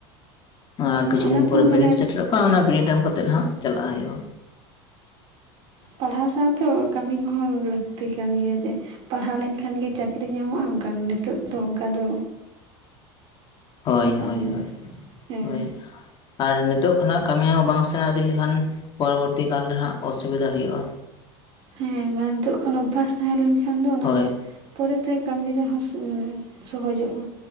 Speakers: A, on the left (about 40°); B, on the right (about 50°).
A: ᱟᱨ ᱠᱤᱪᱷᱩ
B: ᱚᱱᱟ
A: ᱫᱤᱱ
B: ᱠᱚᱦᱚᱸ
A: ᱯᱚᱨᱮ ᱵᱤᱱᱤᱰ
B: ᱢᱟᱱᱮ
A: ᱥᱮᱴᱮᱨᱚᱜ ᱠᱟ ᱠᱟ ᱚᱱᱟ ᱵᱤᱱᱤᱰ ᱮᱢ ᱠᱟᱛᱮ ᱦᱟᱸᱜ ᱪᱟᱞᱟᱜ ᱦᱩᱭᱩᱜᱼᱟ᱾
B: ᱯᱟᱲᱦᱟᱣ ᱥᱟᱶᱛᱮ ᱠᱟᱹᱢᱤ ᱠᱚᱦᱚᱸ ᱞᱟᱹᱠᱛᱤ ᱠᱟᱱ ᱜᱮᱭᱟ ᱡᱮ ᱯᱟᱲᱦᱟᱣ ᱞᱮᱱᱠᱷᱟᱱ ᱜᱮ ᱪᱟᱹᱠ ᱠᱤᱨᱤ ᱧᱟᱢᱚᱜᱼᱟ ᱚᱱᱠᱟᱱ ᱱᱤᱛᱳᱜ ᱫᱚ ᱚᱱᱠᱟ ᱫᱚ
A: ᱦᱳᱭ ᱦᱳᱭ
B: ᱵᱟᱝ
A: ᱦᱳᱭ
B: ᱦᱮᱸ
A: ᱦᱳᱭ ᱟᱨ ᱱᱤᱛᱳᱜ ᱠᱷᱚᱱᱟᱜ ᱠᱟᱹᱢᱤ ᱦᱚᱸ ᱵᱟᱝ ᱥᱮᱲᱟ ᱤᱫᱤ ᱞᱮᱠᱷᱟᱱ ᱯᱚᱨᱚᱵᱚᱨᱛᱤ ᱠᱟᱞ ᱨᱮ ᱦᱟᱸᱜ ᱚᱥᱩᱵᱤᱫᱷᱟᱟ ᱦᱩᱭᱩᱜᱼᱟ
B: ᱦᱮᱸ ᱢᱟᱱᱮ ᱱᱤᱛᱳᱜ ᱠᱷᱚᱱ ᱚᱵᱷᱟᱥ ᱛᱟᱦᱮᱸ ᱞᱮᱱ ᱠᱷᱟᱱ ᱫᱚ ᱚᱱᱟ
A: ᱦᱳᱭ
B: ᱫᱚ ᱯᱚᱨᱮᱛ ᱛᱮ ᱠᱟᱹᱢᱤ ᱨᱮᱦᱚᱸ ᱢᱟᱱᱮ ᱥᱚᱦᱚᱡᱚᱜᱼᱟ